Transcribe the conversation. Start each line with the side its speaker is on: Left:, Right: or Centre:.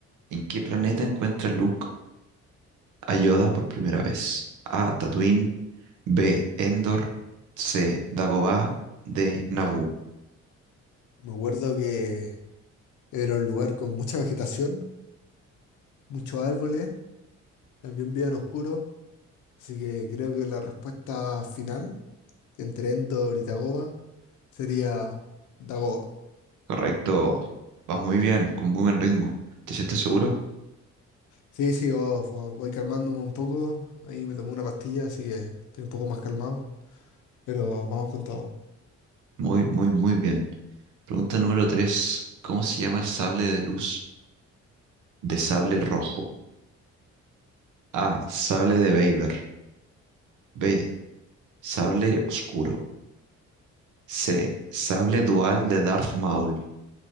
Right: ¿En qué planeta encuentra Luke a Yoda por primera vez? A. Tatooine. B. Endor. C. Dagobah. D. Naboo.
Left: Me acuerdo que era un lugar con mucha vegetación, muchos árboles, también bien oscuro, así que creo que la respuesta final entre Endor y Dagoba sería Dagoba.
Right: Correcto. Vas muy bien, con muy buen ritmo. ¿Te sientes seguro?
Left: Sí, sí, oh, vo- voy calmándome un poco. Ahí me tomé una pastilla, así que estoy un poco más calmado. Pero vamos con todo.
Right: Muy, muy, muy bien. Pregunta número 3. ¿Cómo se llama el sable de luz? De sable rojo. A. Sable de Vader. B. Sable oscuro. C. Sable dual de Darth Maul.